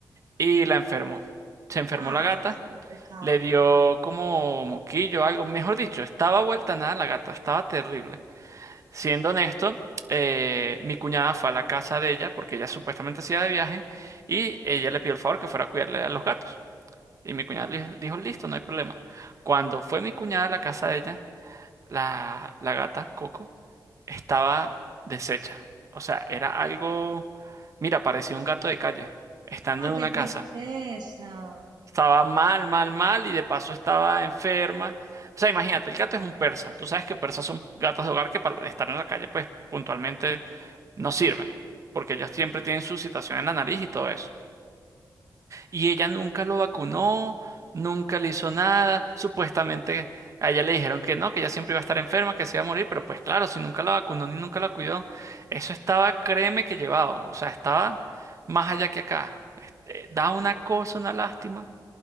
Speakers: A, on the right; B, on the right.
A: y la enfermó. Se enfermó
B: Ay,
A: la gata.
B: qué pecado.
A: Le dio como moquillo, o algo. Mejor dicho, estaba vuelta a nada la gata, estaba terrible. Siendo honesto, eh, mi cuñada fue a la casa de ella, porque ella supuestamente se iba de viaje, y ella le pidió el favor que fuera a cuidarle a los gatos. Y mi cuñada le dijo, listo, no hay problema. Cuando fue mi cuñada a la casa de ella, la, la gata, Coco, estaba deshecha. O sea, era algo, mira, parecía un gato de calle, estando
B: Ay,
A: en
B: qué
A: una
B: tristeza.
A: casa. Estaba mal, mal, mal y de paso estaba enferma. O sea, imagínate, el gato es un persa. Tú sabes que persas son gatos de hogar que para estar en la calle, pues puntualmente no sirven, porque ellos siempre tienen su situación en la nariz y todo eso. Y ella nunca lo vacunó, nunca le hizo nada. Supuestamente a ella le dijeron que no, que ella siempre iba a estar enferma, que se iba a morir, pero pues claro, si nunca la vacunó ni nunca la cuidó, eso estaba, créeme que llevado. O sea, estaba más allá que acá. Este, Da una cosa, una lástima.